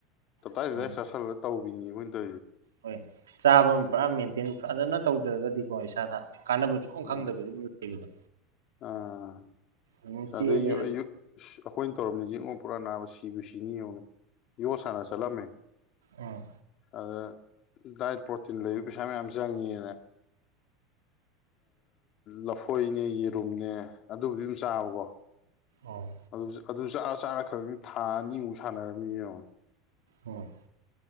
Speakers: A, on the left; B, on the right.
A: ꯇꯞꯦꯁ
B: ꯑꯗꯨ
A: ꯇꯧ ꯑꯣꯅꯤꯕ ꯑꯣꯏꯅ ꯇ
B: ꯍꯣꯏ ꯆꯥꯕ ꯑꯃ ꯄꯨꯔꯥ ꯃꯦꯟꯇꯦꯟ ꯐꯖꯅ ꯇꯧꯗ꯭ꯔꯒꯗꯤꯀꯣ ꯏꯁꯥꯗ ꯀꯥꯟꯅꯕ ꯁꯨꯡꯐꯝ ꯈꯪꯗꯕꯗꯨ
A: ꯑꯥ
B: ꯂꯩꯕꯗꯣ
A: ꯑꯥ
B: ꯑꯗꯨꯝ ꯆꯦꯜꯂꯦ
A: ꯑꯗꯩ ꯑꯩꯈꯣꯏꯅ ꯇꯧꯔꯝꯅꯤꯁꯉ ꯄꯨꯔꯥ ꯅꯥꯑ ꯁꯤꯕꯨ ꯁꯤꯅꯤꯧꯅ ꯌꯣꯠ ꯁꯥꯟꯅ ꯆꯠꯂꯝꯃꯦ
B: ꯎꯝ
A: ꯑꯗ ꯗꯥꯏꯠ ꯄ꯭ꯔꯣꯇꯤꯟ ꯂꯩꯕ ꯄꯩꯁꯥ ꯃꯌꯥꯝ ꯆꯪꯉꯦꯅ ꯂꯐꯣꯏꯅꯦ ꯌꯦꯔꯨꯝꯅꯦ ꯑꯗꯨꯕꯨꯗꯤ ꯑꯗꯨꯝ ꯆꯥꯎꯕꯣ
B: ꯎꯝ
A: ꯑꯗꯨ ꯑꯗꯨ ꯆꯥꯔ ꯆꯥꯔꯛꯈ꯭ꯔꯕꯅꯤ ꯊꯥ ꯑꯅꯤꯃꯨꯛ ꯁꯥꯟꯅꯔꯝꯅꯤ ꯌꯦꯡꯉꯣ
B: ꯎꯝ